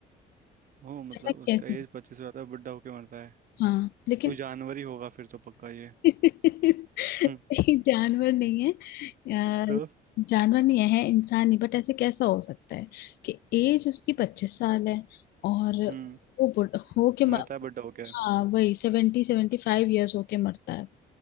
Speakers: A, on the right; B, on the left.
A: हो मतलब
B: ऐसा कैसे
A: उसका एज पच्चीस हो जाता है बुढ़ा होके मरता है
B: हाँ लेकिन
A: कोई जानवर ही होगा फिर तो पक्का ये
B: <laughs> नहीं,
A: हम्म
B: जानवर नहीं है अ,
A: तो
B: जानवर नहीं है इंसान नहीं बट ऐसे कैसा हो सकता है कि एज उसकी पच्चीस साल है और
A: हम्म
B: वो बुढ़ हो के
A: मरता है बुढ़ा होके
B: हाँ वही सेवेंटी सेवेंटी फाइव ईयर्स होके मरता है